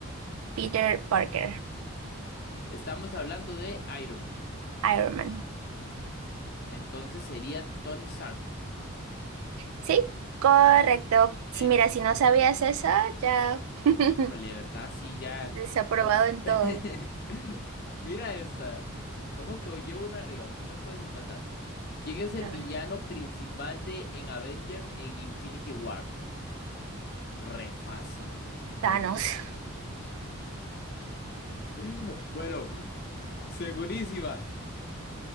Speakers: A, on the right; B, on the left.
A: Peter Parker,
B: Estamos hablando de Iron Man.
A: Iron Man.
B: Entonces sería Tony Stark.
A: Sí, correcto. Si
B: Excelente.
A: mira, si no sabías eso, ya. <laughs>
B: Híjole, de ¿verdad? Sí, ya.
A: Desaprobado
B: co-
A: en
B: <laughs>
A: todo.
B: Mira esta. Ojo que hoy llevo una arriba. Tú me puedes empatar. ¿Quién es el
A: A
B: villano
A: ver,
B: principal de en Avengers en Infinity War? Re fácil. Más
A: Thanos.
B: bien tiro-
A: <laughs>
B: <laughs> Bueno, segurísima.